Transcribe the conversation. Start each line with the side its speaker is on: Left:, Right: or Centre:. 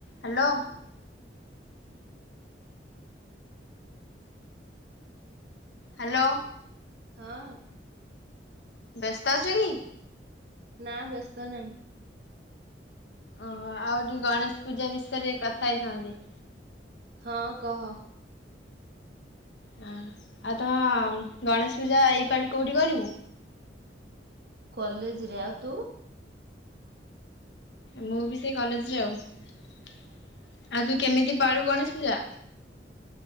Left: Hello. Hello.
Right: ହଁ।
Left: ବେସ୍ତ ଅଛୁ କି?
Right: ନା ବ୍ୟସ୍ତ ନାହିଁ।
Left: ଓହୋ ଆଉ ଟିକେ ଗଣେଶ ପୂଜା ବିଷୟରେ କଥା ହେଇଥାନ୍ତି।
Right: ହଁ କହ।
Left: ହୁଁ ଆଉ ତମ ଗଣେଶ ପୂଜା ଏଇପାଳି କୋଉଠି କରିବୁ?
Right: କଲେଜ୍ ରେ ଆଉ ତୁ?
Left: ମୁଁ ବି ସେଇ କଲେଜରେ ଆଉ ଆଉ ତୁ କେମିତି ପାଳୁ ଗଣେଶ ପୂଜା?